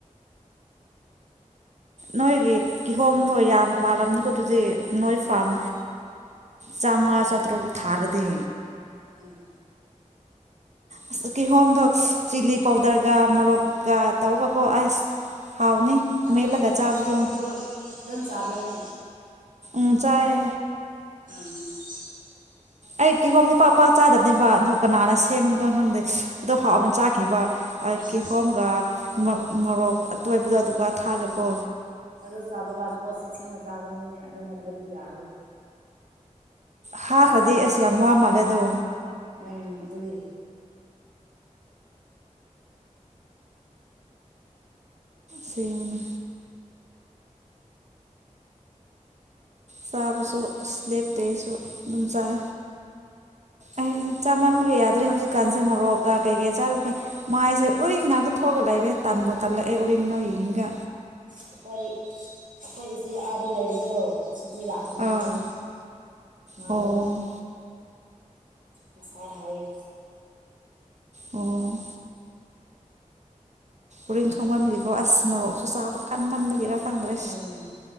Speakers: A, on the right (about 60°); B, on the right (about 80°).
A: ꯅꯣꯏꯒꯤ ꯀꯤꯍꯣꯝ ꯅꯣꯏ ꯌꯥꯝ ꯄꯥꯜꯂꯝꯅꯤꯀꯣ ꯑꯗꯨꯗꯤ ꯅꯣꯏ ꯐꯥꯔꯝ
B: ꯎꯝ
A: ꯆꯥꯝꯃꯉꯥ ꯆꯥꯠꯇ꯭ꯔꯨꯛ ꯊꯥꯔꯗꯦ
B: ꯎꯝ
A: ꯑꯁ ꯀꯤꯍꯣꯝꯗꯣ ꯆꯤꯂꯤ ꯄꯥꯎꯗꯔꯒ ꯃꯣꯔꯣꯛꯀ ꯇꯧꯔꯒꯀꯣ ꯑꯁ ꯍꯥꯎꯅꯤ
B: ꯅꯪ
A: ꯃꯦꯠꯂꯒ
B: ꯅꯪꯁꯨ
A: ꯆꯥꯕꯗꯣ
B: ꯑꯗꯨ ꯑꯗꯨꯝ ꯆꯥꯕ꯭ꯔꯅꯦ
A: ꯃꯖꯥꯏ
B: ꯑꯥ
A: ꯑꯩ ꯀꯤꯍꯣꯝ ꯅꯤꯄꯥꯛ ꯄꯥꯛ ꯆꯥꯗꯕꯅꯦꯕ ꯑꯗꯣ ꯀꯅꯥꯅ ꯁꯦꯝꯒꯣ ꯈꯪꯗꯦ ꯑꯗꯣ ꯍꯥꯎꯅ ꯆꯥꯈꯤꯕ
B: ꯑꯪ
A: ꯀꯤꯍꯣꯝꯒ ꯃꯣꯔꯣꯛ ꯑꯇꯣꯏꯕꯗꯣ ꯑꯗꯨꯒ ꯊꯥꯒꯀꯣ
B: ꯑꯗꯨꯣ ꯁꯥꯕ ꯀꯥꯟꯅ ꯀꯣꯁꯤꯁꯤꯅ ꯆꯥꯒ ꯑꯗꯨ ꯑꯗꯨ ꯅꯠꯇꯕ ꯌꯥꯔ
A: ꯍꯥꯥ ꯈ꯭ꯔꯗꯤ ꯑꯁ ꯌꯥꯝ ꯋꯥ ꯃꯥꯜꯂꯦ ꯑꯗꯣ
B: ꯑꯪ ꯑꯗꯨꯒꯤ
A: ꯁ ꯑꯃ ꯆꯥꯕꯁꯨ ꯂꯦꯞꯇꯦꯁꯨ ꯑꯗꯨꯝ ꯆꯥꯏ
B: <unintelligible>
A: ꯑꯩ ꯆꯥꯃꯟꯕꯒ ꯌꯥꯗ꯭ꯔꯦ ꯍꯧꯖꯤꯛꯀꯥꯟꯁꯦ ꯃꯣꯔꯣꯛꯀ ꯀꯩꯀꯩ ꯆꯥꯔꯨꯒ
B: ꯎꯝ
A: ꯃꯥꯏꯁꯦ ꯎꯔꯤꯡ ꯉꯅꯥꯥꯛꯛꯇ ꯊꯣꯛꯂꯒ ꯂꯩꯦ ꯔꯦ ꯇꯥꯟꯕꯣ ꯇꯜꯂꯑꯦ ꯎꯔꯤꯡꯗꯣ ꯍꯌꯦꯡꯒ
B: ꯑꯩꯈꯣꯏ ꯑꯩꯈꯣꯏ ꯏꯆꯦ ꯑꯥꯗ ꯂꯩꯕꯗꯣ ꯁꯨꯛꯇ ꯂꯥꯛ ꯀ ꯉꯥꯏꯅꯦ
A: ꯑꯥ
B: ꯃꯥꯗ
A: ꯑꯣ
B: ꯉꯁꯔ ꯍꯔ
A: ꯑꯣ ꯎꯔꯤꯡ ꯊꯣꯡꯃꯟꯕꯒꯤꯀꯣ ꯑꯁ ꯃꯣꯔꯣꯛꯁꯨ ꯆꯥꯕ ꯀꯟꯃꯟꯕꯒꯤꯔ ꯈꯪꯗ꯭ꯔꯦ
B: ꯎꯝ